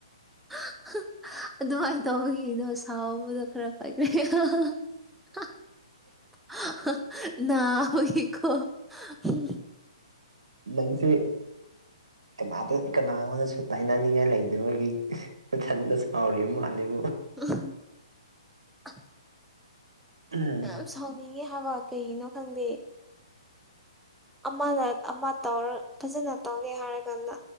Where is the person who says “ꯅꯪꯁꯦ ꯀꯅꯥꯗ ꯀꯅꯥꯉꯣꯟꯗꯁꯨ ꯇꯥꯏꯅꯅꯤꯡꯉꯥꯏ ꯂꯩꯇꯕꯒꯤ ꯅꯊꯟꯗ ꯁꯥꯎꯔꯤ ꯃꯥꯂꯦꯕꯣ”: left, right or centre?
Right